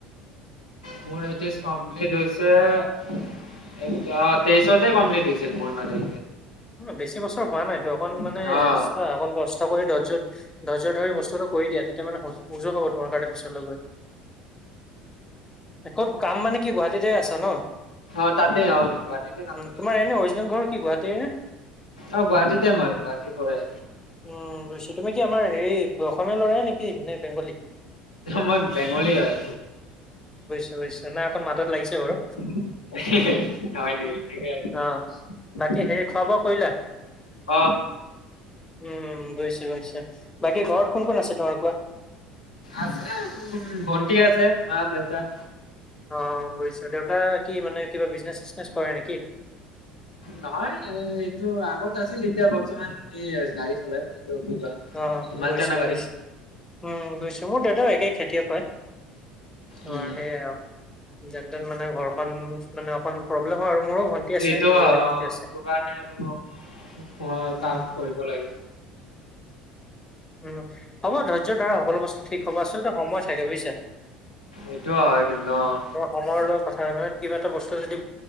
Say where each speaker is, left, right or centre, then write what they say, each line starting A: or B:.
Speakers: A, on the left; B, on the left.
A: মোৰ এইচ এছ কমপ্লিট হৈছে এ তেইশতে কমপ্লিট হৈছিল মোৰ মানে।
B: বেছি বছৰ হোৱা নাইতো অকণ মানে
A: অ',
B: চোৱা অকন কষ্ট কৰি দহজন। ধৈৰ্য ধৰি বস্তুটো কৰি দিয়া তেতিয়া মানে উজু হব তোমাৰ কাৰণে পিছলৈ গৈ কাম মানে কি গুৱাহাটীতে আছা ন।
A: অহ তাতে অহ গুৱাহাটীতে কাম
B: উম,
A: কৰি
B: তোমাৰ
A: আছো।
B: এনে অৰিজিনেল ঘৰ কি গুৱাহাটীৰ।
A: অ', গুৱাহাটীতে মই গুৱাহাটীৰ পৰাই
B: উম গৈছো তুমি কি আমাৰ হেৰি। অসমীয়া লৰাই নেকি নে বেংগলী।
A: মই বেংগলী হয়।
B: হৈছে না অকণ মাতত লাগিছে বাৰু।
A: হয়।
B: অ', বাকী হেৰি খোৱা বোৱা। কৰিলা।
A: অহ।
B: উম বুজিছো বুজিছো বাকী ঘৰত কোন কোন আছে তোমাৰ কোৱা।
A: আছে মোৰ ভন্টি আছে মা দেউতা।
B: অহ বুজিছো দেউতাই। কি মানে কিবা বিজনেচ চিচনেছ কৰে নেকি।
A: নহয় এইটো আগত আছিল এতিয়া বৰ্তমান এই গাড়ী চলাই। এইটো কিবা
B: অহ
A: মালটানা
B: বুজিছো
A: গাড়ী
B: বুইছো উম বুইছো মোৰ দেউতাও একেই খেতিয়ক হয়। তোমাৰ
A: উম,
B: সেইয়া। যেনতেন মানে ঘৰখন। মানে অকন প্ৰব্লেম হয় আৰু মোৰো ভন্টি আছে
A: এইটো
B: দুজনী
A: এইটো
B: ভন্টি আছে।
A: কাৰণে আৰু মই
B: উম,
A: কাম কৰিব লাগে।
B: উম। হব ধৈৰ্য ধৰা সকলো বস্তু ঠিক হব আচলতে সময় থাকে বুজিছা
A: এইটো হয় কিন্তু অ',
B: সময়ৰ লগত কথা মানে কিবা এটা বস্তু যদি